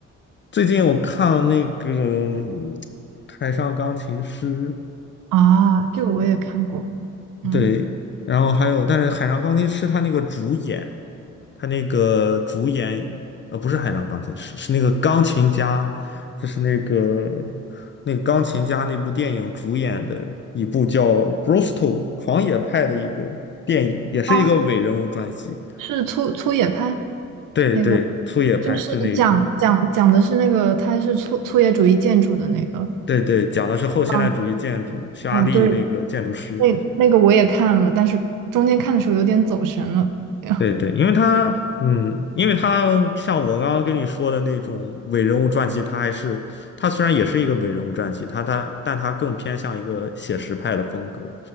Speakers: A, on the left; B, on the right.
A: 最近我看了那个嗯海上钢琴师》，
B: 啊？这个我也看过。嗯，
A: 对，然后还有，但是《海上钢琴师》他那个主演。他那个主演，呃，不是海上钢琴师，是那个钢琴家，就是那个那个钢琴家那部电影主演的一部叫《Brostal 狂野派》的一个电影，也是一个伪人物传记。
B: 啊，是粗粗野派
A: 对对，
B: 那个，
A: 粗野派就那一部。
B: 就是讲讲讲的是那个，它是粗粗野主义建筑的那个。
A: 对对，讲的是后现代主义建筑，
B: 啊，
A: 匈牙利那个建筑师。
B: 啊，对那那个我也看了，但是中间看的时候有点走神了。<laughs>
A: 对对，因为他，嗯，因为他像我刚刚跟你说的那种伪人物传记，他还是他虽然也是一个伪人物传记，他他但他更偏向一个写实派的风格，